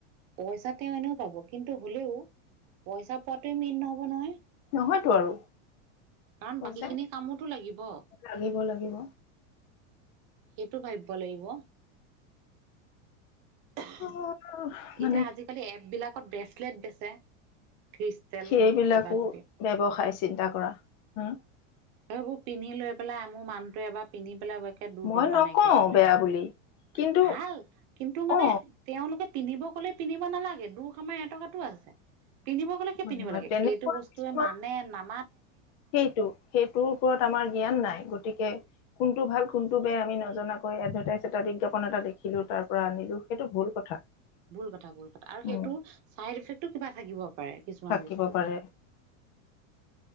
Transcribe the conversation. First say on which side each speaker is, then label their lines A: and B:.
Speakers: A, on the right; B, on the left.
A: পইচা তেওঁ এনেও পাব কিন্তু হলেও পইচা পোৱাতে মেইন নহব নহয়।
B: নহয়তো আৰু
A: কাৰণ
B: পইচা
A: বাকীখিনি কামোতো লাগিব।
B: লাগিব লাগিব
A: সেইটো ভাবিব লাগিব এতিয়া
B: অ মানে
A: আজিকালি এপ বিলাকত ব্ৰেচলেট বেচে খ্ৰীষ্টেল
B: সেইবিলাকো
A: কিবা কিবি
B: ব্যৱসায় চিন্তা কৰা হম।
A: এইবোৰ পিন্ধি লৈ পেলাই মোৰ মানুটো এবাৰ পিন্ধি পেলাই একে দূৰ
B: মই
A: দুদৰ্শা
B: নকওঁ
A: নাইকিয়া হলে
B: বেয়া
A: এই বোৰ
B: বুলি কিন্তু
A: ভাল কিন্তু মানে
B: অ
A: তেওঁলোক পিন্ধিব ক'লে পিন্ধিব নালাগে দুখ আমাৰ এটকাটো আছে। পিন্ধিব গ'লে কিয়
B: হয়
A: পিন্ধিব
B: নহয়
A: লাগে
B: তেনেকুৱা
A: সেইটো বস্তুৱে
B: কিছুমান
A: মানে না-
B: সেইটো সেইটোৰ ওপৰত আমাৰ জ্ঞান নাই গতিকে কোনটো ভাল কোনটো বেয়া আমি নজনাকৈ এডভাৰটাইজ এটা বিজ্ঞাপন এটা দেখিলো তাৰ পৰা আনিলো সেইটো ভুল কথা।
A: ভুল কথা ভুল কথা আৰু
B: উম
A: সেইটো চাইড ইফেক্টটো কিবা থাকিব পাৰে। কিছুমান
B: থাকিব
A: বস্তু।
B: পাৰে।